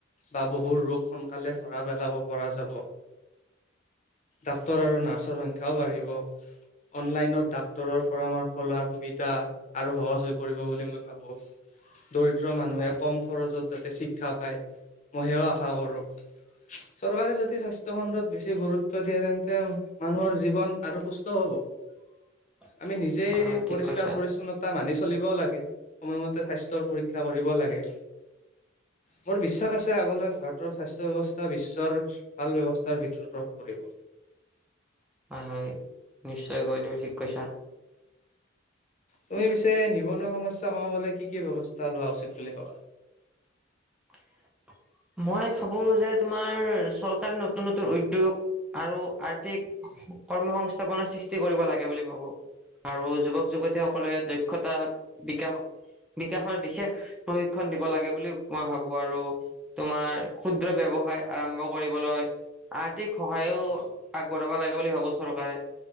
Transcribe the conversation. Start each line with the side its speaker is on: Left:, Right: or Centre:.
Left: বা বহু ৰোগ স কালে ধৰা পেলাব পৰা যাব। ডাক্তৰ আৰু নাৰ্চৰ সংখ্যাও বাঢ়িব। অনলাইনত ডাক্তৰৰ পৰামৰ্শ লোৱাৰ সুবিধা আৰু সহজ হৈ পৰিব বুলি মই ভাবো। দৰিদ্ৰ মানুহে
Centre: হয় হয়
Left: কম খৰচত যাতে শিক্ষা পায় মই সেও আশা কৰো।
Centre: <inaudible>
Left: চৰকাৰে যদি স্বাস্থ্য খণ্ডত বেছি গুৰুত্ব দিয়ে তেন্তে মানুহৰ জীৱন আৰু সুস্থ হ'ব।
Centre: <inaudible>
Left: আমি নিজেই
Centre: হয় হয় ঠিক
Left: পৰিষ্কাৰ
Centre: কৈছা
Left: পৰিচ্ছন্নতা মানিছো। চলিবও লাগে সময়মতে স্বাস্থ্যৰ পৰীক্ষা কৰিব লাগে। বৰ বিশ্বাস আছে আগলৈ ভাৰতৰ স্বাস্থ্য ব্যৱস্থা বিশ্বৰ ভাল ব্যৱস্থাৰ ভিতৰত পৰিব।
Centre: হয় হয় নিশ্চয়কৈ তুমি ঠিক কৈছা।
Left: তুমি পিছে নিবনুৱা সমস্যা কমাবলৈ কি কি ব্যৱস্থা লোৱা উচিত বুলি ভবা।
Centre: <inaudible> মই ভাবো যে তোমাৰ চৰকাৰে নতুন নতুন উদ্যোগ আৰু আৰ্থিক কৰ্ম সংস্থাপনৰ সৃষ্টি কৰিব লাগে বুলি ভাবো। আৰু যুৱক যুৱতী সকলে দক্ষতা বিকাশ বিকাশৰ বিশেষ প্ৰশিক্ষণ দিব লাগে বুলি মই ভাবো আৰু। তোমাৰ ক্ষুদ্ৰ ব্যৱসায় আৰম্ভ কৰিবলৈ আৰ্থিক সহায়ও
Left: অ',
Centre: আগবঢ়াব লাগে বুলি ভাবো চৰকাৰে